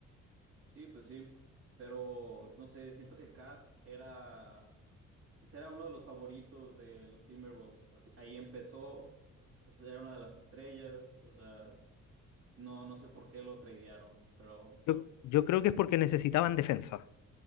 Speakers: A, on the right (about 45°); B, on the left (about 80°).
A: Sí, pues sí. Pero no sé, siento que Cat era, pues era uno de los favoritos de los Timberwolves. Así- ahí empezó, es- era una de las estrellas. O sea, no, no sé por qué lo tradearon, pero
B: Yo, yo creo que es porque necesitaban defensa.